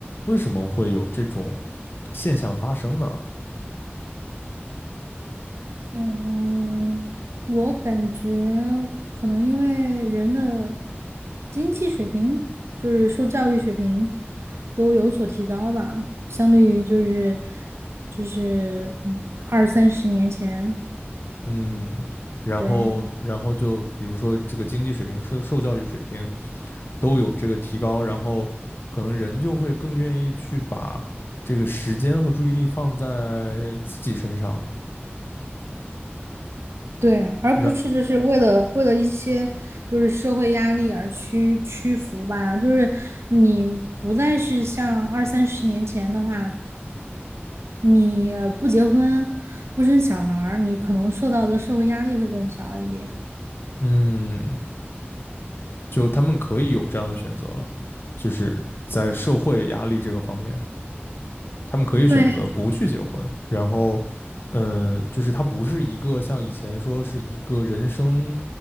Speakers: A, on the left (about 55°); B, on the right (about 85°).
A: 为什么会有这种现象发生呢？
B: 嗯，我感觉可能因为人的经济水平，就是受教育水平都有所提高吧，相对于就是就是嗯二三十年前，
A: 嗯，然后然后就比如说这个经济水平、
B: 对。
A: 受受教育水平都有这个提高，然后可能人就会更愿意去把这个时间和注意力放在自己身上，
B: 对，而不是就是为了为了一些就是社会压力而屈屈服吧，
A: 然
B: 就是你不再是像二三十年前的话，你不结婚不生小孩儿，你可能受到的社会压力会更小一点。
A: 嗯，就他们可以有这样的选择了，就是在社会压力这个方面。他们可以选择不去结婚，
B: 对。
A: 然后，嗯，就是它不是一个像以前说是一个人生，